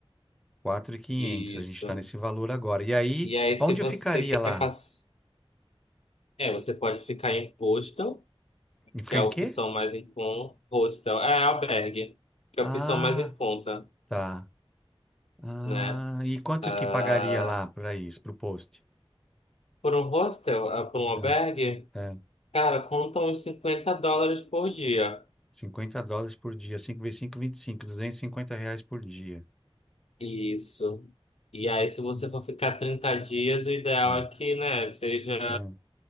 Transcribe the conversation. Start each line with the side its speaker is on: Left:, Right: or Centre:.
Centre: quatro mil e quinhentos.
Left: Isso.
Centre: A gente está nesse valor agora. E aí,
Left: E aí, se
Centre: onde
Left: você
Centre: eu ficaria
Left: quer
Centre: lá?
Left: passar. É, você pode ficar em hostel,
Centre: E ficar
Left: que é a
Centre: em
Left: opção
Centre: quê?
Left: mais em conta. Hostel, é albergue, que é
Centre: Ah,
Left: a opção mais em conta,
Centre: tá. Ah,
Left: né?
Centre: e quanto
Left: Ah,
Centre: que pagaria lá para isso, para o post?
Left: por um hostel, ah, por um albergue.
Centre: É, é,
Left: Cara, conta uns 50 dólares por dia.
Centre: 50 dólares por dia. 5 vezes cinco cinco. vinte e cinco, Duzentos e cinquenta reais por dia.
Left: Isso. E aí, se você for ficar 30 dias, o ideal
Centre: É,
Left: é que, né, seja
Centre: é,